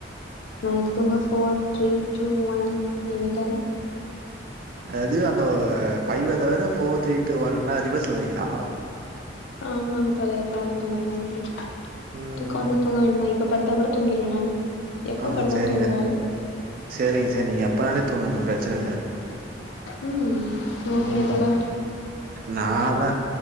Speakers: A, on the left; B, on the right.
A: நைட்டு தூங்க four three two one any time
B: அதாது அந்த ஃபைவ தவற ஃபோர் த்ரீ டு ஒன்ன்னா ரிவர்ஸ் வரீங்ளா
A: ஆமாங்க தோழரே எப்ப வேணா தூங்க சான்ஸ் இருக்கு
B: ம்
A: தூக்கோ வந்தா தூங்க வேண்டிதா இப்ப படுத் தா கூட தூங்கீர்வே நானு எப்ப
B: ஆ
A: படுத்தாலும்
B: சரிங்க
A: தூங்குற ஆளு.
B: சரிங்க சரிங்க நீங்க எப்ப வேணா தூங்குங்க பிரச்சன இல்ல
A: ம் ஓகேங்க
B: ம்
A: தோழா.
B: நாலா